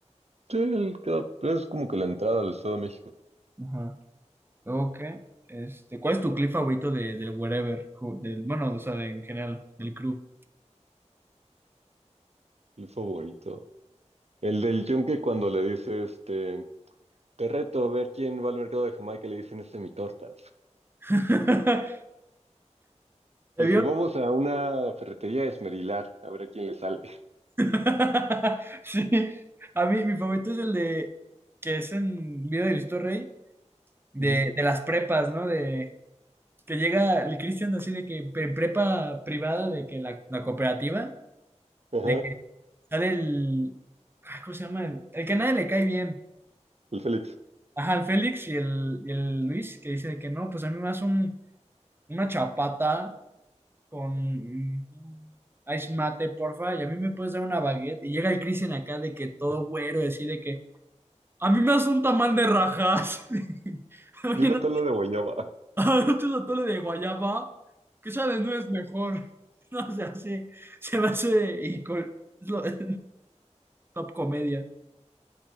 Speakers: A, on the right; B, on the right.
A: Sí, el que- es como que la entrada al Estado de México,
B: Ajá. Luego qué? Este, ¿cuál es tu clip favorito de, del Wherever? Cu- Del, bueno, o sea, de, en general, del crew.
A: mi favorito. El del yunque cuando le dice, este, te reto a ver quién va al mercado de Jamaica, le dicen, este, mi tortas.
B: <laughs> ¿Te
A: Dice,
B: vio?
A: vamos a una ferretería a esmerilar, a ver a quién le sale.
B: <laughs> Sí, a mí mi favorito es el de que es en Vida de Cristo Rey, de,
A: Ujú.
B: de las prepas, ¿no? De que llega el Cristian así de que pre- prepa privada, de que la, la cooperativa,
A: Ajá,
B: de que sale el, ah, ¿cómo se llama? El, el que a nadie le cae bien.
A: el Félix.
B: Ajá, el Félix y el, y el Luis, que dice de que no, pues a mí me hace un, una chapata con un ice mate, porfa, y a mí me puedes dar una baguette. Y llega el Cristian acá de que todo güero, así de que A mí me hace un tamal de rajas. <laughs> Oye,
A: Y una
B: no,
A: tala de guayaba.
B: a no te atole de guayaba, que sea de nuez mejor. <laughs> No se hace, se me hace ico- lo- <laughs> es top comedia.